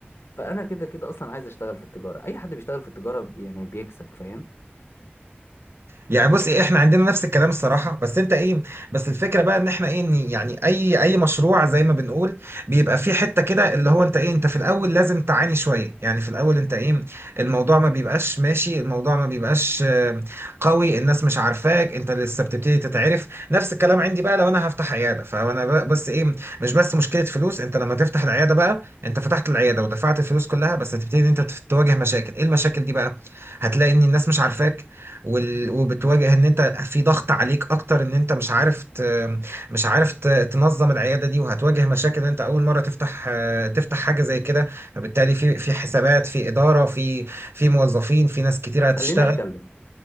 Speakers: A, on the left; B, on the right.
A: فانا كده كده اصلا عايز اشتغل في التجاره اي حد بيشتغل في التجاره بي- يعني بيكسب فاهم
B: يعني بص ايه احنا عندنا نفس الكلام الصراحه بس انت ايه بس الفكره بقى ان احنا ايه إن يعني اي اي مشروع زي ما بنقول بيبقى فيه حته كده اللي هو انت ايه انت في الاول لازم تعاني شويه يعني في الاول انت ايه الموضوع ما بيبقاش ماشي الموضوع ما بيبقاش آه، قوي الناس مش عارفاك انت لسه بتبتدي تتعرف نفس الكلام عندي بقى لو انا هفتح عياده فانا بقى بس ايه مش بس مشكله فلوس انت لما تفتح العياده بقى انت فتحت العياده ودفعت الفلوس كلها بس هتبتدي ان انت تواجه مشاكل ايه المشاكل دي بقى هتلاقي ان الناس مش عارفاك وال... وبتواجه ان انت في ضغط عليك اكتر ان انت مش عارف ت... مش عارف ت... تنظم العياده دي وهتواجه مشاكل ان انت اول مره تفتح آه، تفتح حاجه زي كده فبالتالي في في حسابات في اداره في في موظفين في ناس كتير هتشتغل
A: خلينا اتكلم